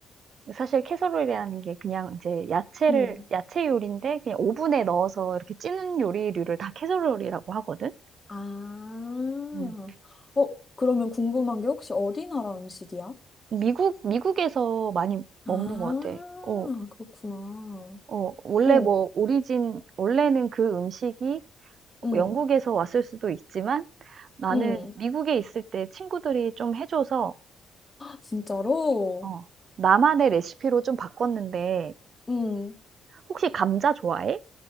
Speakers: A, on the right; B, on the left.
A: 사실 캐서롤이라는 게 그냥 이제 야채를,
B: 응.
A: 야채 요리인데, 그냥 오븐에 넣어서 이렇게 찌는 요리류를 다 캐서롤이라고 하거든?
B: 아.
A: 음.
B: 어, 그러면 궁금한 게 혹시 어디 나라 음식이야?
A: 미국, 미국에서 많이 먹는
B: 아,
A: 것 같아. 어,
B: 그렇구나.
A: 어, 원래
B: 어,
A: 뭐, 오리진, 원래는 그 음식이
B: 응.
A: 영국에서 왔을 수도 있지만 나는
B: 응.
A: 미국에 있을 때 친구들이 좀 해줘서,
B: 진짜로?
A: 어, 나만의 레시피로 좀 바꿨는데,
B: 음,
A: 혹시 감자 좋아해?